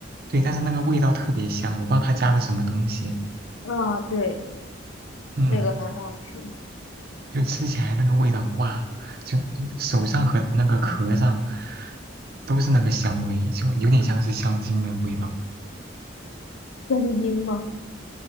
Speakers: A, on the right; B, on the left.
A: 对，但是那个味道特别香，我不知道它加了什么东西。
B: 啊、对，
A: 嗯，
B: 那个很好吃。
A: 就吃起来那个味道，哇，就手上和那个壳上都是那个香味，就有点像是香精的味道。
B: 香精吗？